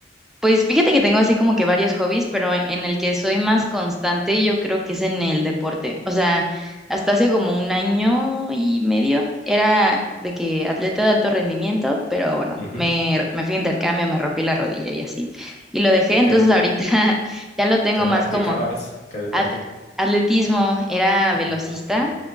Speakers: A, in the centre; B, on the left (about 35°).
A: Pues fíjate que tengo así como que varios hobbies, pero en el que soy más constante yo creo que es en el deporte. O sea, hasta hace como un año y medio era de que atleta de alto rendimiento, pero bueno,
B: Ujú.
A: me, me fui a intercambio, me rompí la rodilla y así. Y lo dejé, entonces
B: ¿Qué,
A: ahorita <laughs> ya lo tengo
B: qué
A: más
B: practicabas?
A: como
B: ¿Qué deporte?
A: at- atletismo, era velocista,
B: Ah, Ok.